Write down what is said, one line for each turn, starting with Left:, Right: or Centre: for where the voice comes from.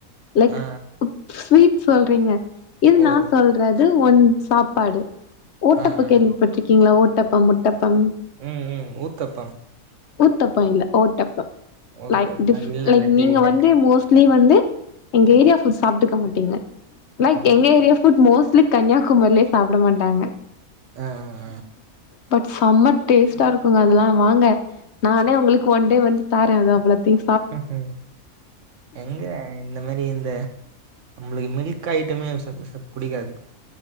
Left: லைக்
Right: ஆ
Left: ஸ்வீட் சொல்றீங்க இது
Right: ஓ
Left: நா சொல்றது ஒன் சாப்பாடு ஓட்டப்ப
Right: ஆ ஆ
Left: கேள்விப்பட்ருக்கீங்ளா ஓட்டப்பம் முட்டப்பம்
Right: ம் ம் ஊத்தப்பம்
Left: ஊத்தப்ப இல்ல ஓட்டப்ப
Right: ஓகே
Left: லைக் டிஃப்
Right: ஆ இல்ல
Left: லைக்
Right: இல்ல
Left: நீங்க
Right: தெரில
Left: வந்து மோஸ்ட் நீங்க வந்து எங்க ஏரியா ஃபுட் சாப்ட்டுக்க மாட்டீங்க
Right: ஆமா
Left: லைக்
Right: ஆமா
Left: எங்க ஏரியா ஃபுட் மோஸ்ட்லி கன்னியாகுமரிலே சாப்ட மாட்டாங்க
Right: ஆ ஆ ஆ
Left: பட் செம்ம டேஸ்ட்டா இருக்குங்க அதெல்லா வாங்க நானே உங்களுக்கு ஒன் டே வந்து தாரே அது அவ்ளத்தையு
Right: ம் ம் எங்க இந்த மாரி இந்த நம்மளுக்கு மில்க் ஐட்டமே சாப்ட சாப் புடிக்காது